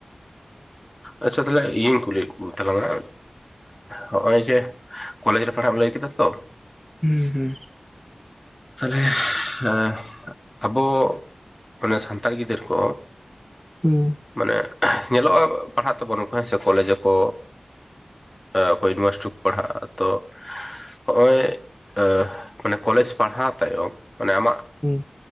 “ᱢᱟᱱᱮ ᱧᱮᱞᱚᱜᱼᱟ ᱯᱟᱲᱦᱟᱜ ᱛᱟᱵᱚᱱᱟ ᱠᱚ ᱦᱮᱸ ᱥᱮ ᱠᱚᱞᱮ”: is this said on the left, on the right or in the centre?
Left